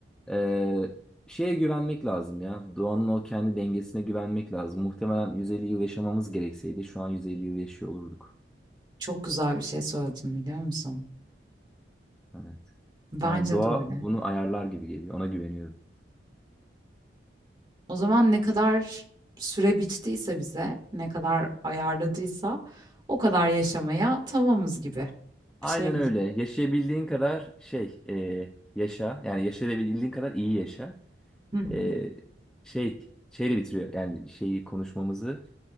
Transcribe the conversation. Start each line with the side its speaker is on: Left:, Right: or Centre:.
Centre: Ee, şeye güvenmek lazım ya. Doğanın o kendi dengesine güvenmek lazım. Muhtemelen 150 yıl yaşamamız gerekseydi şu an 150 yıl yaşıyor olurduk.
Right: Çok güzel bir şey söyledin biliyor musun?
Centre: Evet.
Right: Bence
Centre: Yani doğa
Right: de öyle.
Centre: bunu ayarlar gibi geliyor. Ona güveniyorum.
Right: O zaman ne kadar süre biçtiyse bize, ne kadar ayarladıysa o kadar yaşamaya tamamız gibi
Centre: Aynen
Right: bir şey mi?
Centre: öyle. Yaşayabildiğin kadar şey e, yaşa. Yani yaşayabildiğin kadar iyi yaşa.
Right: Hı hı.
Centre: E, şey şeyle bitiriyor. Yani şeyi konuşmamızı.